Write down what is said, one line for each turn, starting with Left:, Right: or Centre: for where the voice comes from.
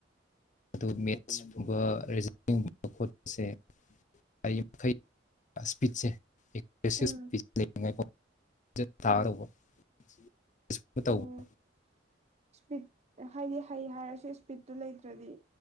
Left: ꯑꯗꯨ ꯃꯦꯠꯁꯀꯨꯝꯕ ꯔꯤꯖꯅꯤꯡꯒꯨꯝꯕ ꯈꯣꯠꯄꯁꯦ ꯑꯩꯌꯤ ꯃꯈꯩ ꯏꯁꯄꯤꯠꯁꯦ <unintelligible>
Right: ꯎꯝ ꯎꯝ
Left: <unintelligible> ꯇꯧꯕ
Right: ꯑꯣ ꯏꯁꯄꯤꯠ ꯍꯥꯏꯗꯤ ꯍꯩ ꯍꯥꯏꯔꯁꯨ ꯏꯁꯄꯤꯠꯇꯨ ꯂꯩꯇ꯭ꯔꯗꯤ